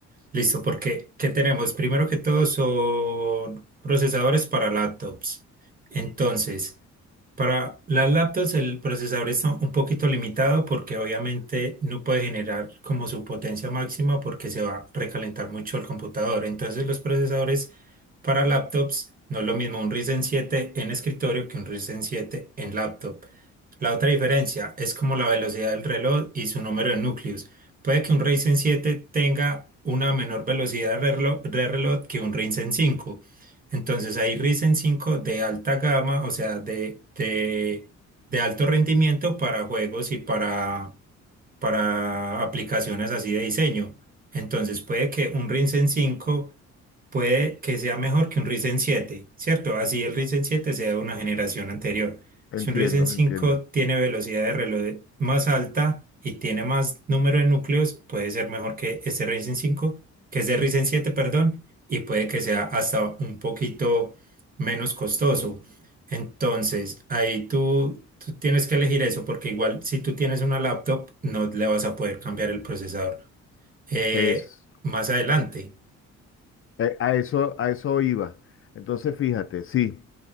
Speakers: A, on the right; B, on the left.
A: Listo, porque ¿qué tenemos? Primero que todo son procesadores para laptops. Entonces, para las laptops el procesador está un poquito limitado porque obviamente no puede generar como su potencia máxima porque se va a recalentar mucho el computador. Entonces, los procesadores para laptops no es lo mismo un Ryzen siete en escritorio que un Ryzen siete en laptop. La otra diferencia es como la velocidad del reloj y su número de núcleos. Puede que un Ryzen 7 tenga una menor velocidad de reloj, de reloj que un Ryzen 5. Entonces hay Ryzen 5 de alta gama, o sea, de, de, de alto rendimiento para juegos y para, para aplicaciones así de diseño. Entonces puede que un Ryzen 5 puede que sea mejor que un Ryzen 7, ¿cierto? Así el Ryzen 7 sea de una generación anterior.
B: Entiendo,
A: Si un Ryzen 5
B: entiendo.
A: tiene velocidad de reloj más alta y tiene más número de núcleos, puede ser mejor que este Ryzen 5, que es de Ryzen 7, perdón, y puede que sea hasta un poquito menos costoso. Entonces, ahí tú, tú tienes que elegir eso, porque igual si tú tienes una laptop, no le vas a poder cambiar el procesador. Eh,
B: Es,
A: más adelante.
B: eh, a eso, a eso iba. Entonces, fíjate, sí.